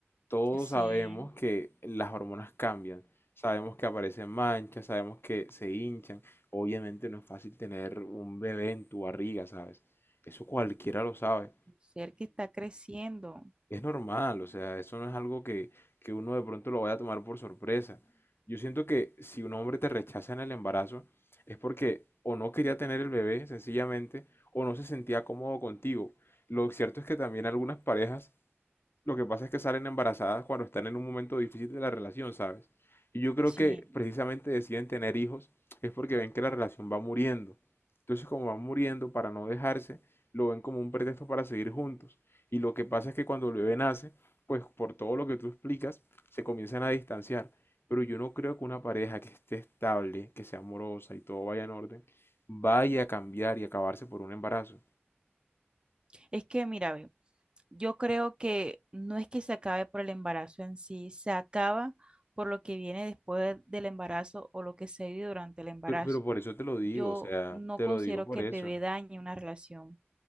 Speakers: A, on the left (about 65°); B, on the right (about 25°).
A: Todos
B: sí,
A: sabemos que las hormonas cambian, sabemos que aparecen manchas, sabemos que se hinchan. Obviamente no es fácil tener un bebé en tu barriga, ¿sabes? Eso cualquiera lo sabe.
B: un ser que está creciendo,
A: Es normal, o sea, eso no es algo que, que uno de pronto lo vaya a tomar por sorpresa. Yo siento que si un hombre te rechaza en el embarazo es porque o no quería tener el bebé, sencillamente, o no se sentía cómodo contigo. Lo cierto es que también algunas parejas lo que pasa es que salen embarazadas cuando están en un momento difícil de la relación, ¿sabes? Y yo creo
B: sí.
A: que precisamente deciden tener hijos es porque ven que la relación va muriendo. Entonces, como van muriendo para no dejarse, lo ven como un pretexto para seguir juntos. Y lo que pasa es que cuando el bebé nace, pues por todo lo que tú explicas, se comienzan a distanciar. Pero yo no creo que una pareja que esté estable, que sea amorosa y todo vaya en orden, vaya a cambiar y acabarse por un embarazo.
B: Es que, mira, ve. Yo creo que no es que se acabe por el embarazo en sí, se acaba por lo que viene después del embarazo o lo que se vive durante el embarazo.
A: Pero, pero por eso te lo digo,
B: Yo
A: o sea,
B: no
A: te
B: considero
A: lo digo por
B: que
A: eso.
B: el bebé dañe una relación,